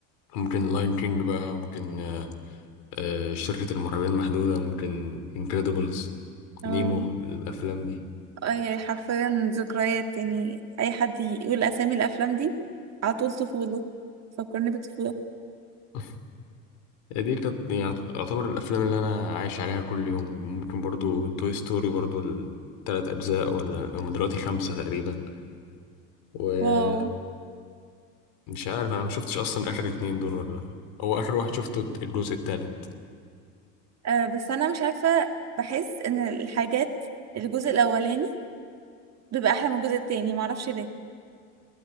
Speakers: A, on the left; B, on the right.
A: ممكن لاين كينج بقى ممكن آه، آه، شركة المرعبين المحدودة ممكن انكريدبلز
B: اه
A: نيمو الأفلام دي
B: أي حرفيا ذكريات يعني اي حد يقول اسامي الافلام دي على طول طفوله فكرني بطفوله
A: <laughs> آه، دي كانت يعني يعتبر الافلام اللي انا عايش عليها كل يوم ممكن برضو توي ستوري برضو التلات اجزاء ولا هم دلوقتي خمسة تقريبا ومش
B: واو
A: عارف انا ما شفتش اصلا اخر اتنين دول ولا هو اخر واحد شفته الجزء التالت
B: آه بس انا مش عارفه بحس ان الحاجات الجزء الاولاني بيبقى احلى من الجزء التاني معرفش ليه